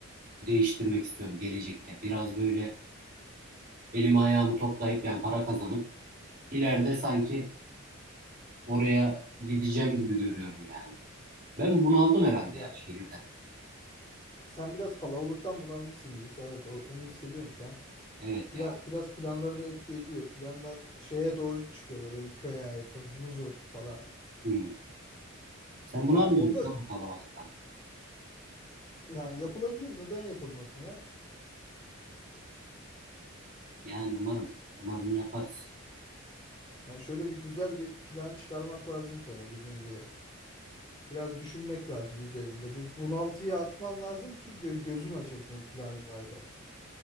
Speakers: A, on the right; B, on the left.
A: değiştirmek istiyorum gelecekte. Biraz böyle elimi ayağımı toplayıp yani para kazanıp ileride sanki oraya gideceğim gibi görüyorum yani. Ben bunaldım herhalde
B: Ya
A: ya şehirden.
B: sen biraz kalabalıktan bunalmışsın gibi. Evet o, onu hissediyorum şu an.
A: Evet
B: Pla-
A: ya.
B: biraz planlarına etki ediyor. Planlar şeye doğru çıkıyor böyle bir köy hayatı, huzur falan.
A: Hmm. Sen bunu
B: Ya
A: almıyorsun
B: onda
A: ha kalabalıktan.
B: yani yapılabilir neden yapılmasın ya?
A: Yani umarım, umarım yaparız.
B: Yani şöyle bir güzel bir plan çıkarmak lazım sana dediğin gibi. Biraz düşünmek lazım üzerinde. Bir bunaltıya atman lazım ki böyle gözün açılsın planlarda.